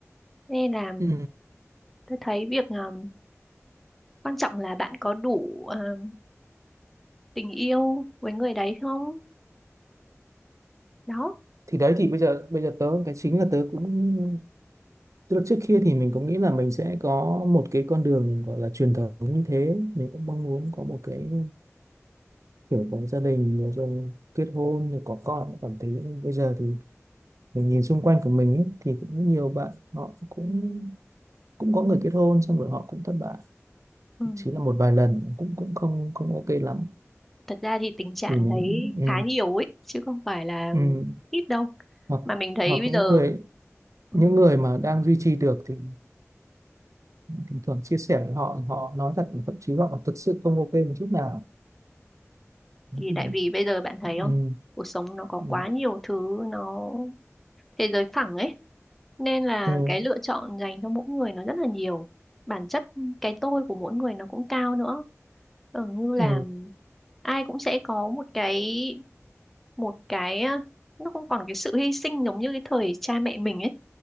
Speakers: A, in the centre; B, on the right (about 80°).
A: nên là
B: ừ
A: tôi thấy việc um, quan trọng là bạn có đủ um, tình yêu với người đấy không đó
B: thì đấy thì bây giờ bây giờ tớ cái chính là tớ cũng tức là trước kia thì mình cũng nghĩ là mình sẽ có một cái con đường gọi là truyền thống như thế mình cũng mong muốn có một cái kiểu có gia đình rồi kết hôn rồi có con cảm thấy bây giờ thì mình nhìn xung quanh của mình ấy, thì cũng nhiều bạn họ cũng cũng có người kết hôn xong rồi họ cũng thất bại
A: Ừm,
B: chỉ là một vài lần cũng cũng không không ok lắm
A: thật ra thì tình trạng
B: thì mình
A: đấy
B: ừ,
A: khá nhiều ấy chứ không phải là
B: ừ.
A: ít đâu
B: hoặc
A: mà mình thấy
B: hoặc
A: bây
B: những
A: giờ
B: người
A: ừm,
B: những người mà đang duy trì được thì thỉnh thoảng chia sẻ với họ họ nói thật thậm chí họ thật sự không ok một chút nào
A: thì
B: ừ.
A: tại vì bây giờ bạn thấy không
B: Ừ.
A: cuộc sống nó có
B: Ừ.
A: quá nhiều thứ nó thế giới phẳng ấy nên là
B: Ừ.
A: cái lựa chọn dành cho mỗi người nó rất là nhiều bản chất cái tôi của mỗi người nó cũng cao nữa ở như là
B: Ừ.
A: ai cũng sẽ có một cái một cái à, nó không còn cái sự hy sinh giống như cái thời cha mẹ mình ấy